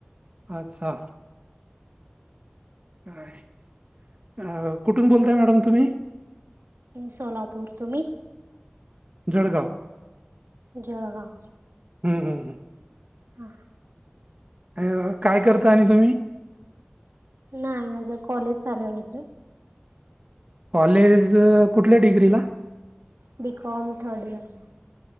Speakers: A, on the right; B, on the right.
A: अच्छा का कुठून बोलताय मॅडम तुम्ही
B: सोलापूर तुम्ही
A: जळगाव
B: जळगाव
A: हं हं हं
B: हा
A: अ काय करता आणि तुम्ही
B: नाही माझं कॉलेज चालू आहे माझं
A: कॉलेज कुठल्या डिग्रीला
B: बीिकॉम थर्ड इयरला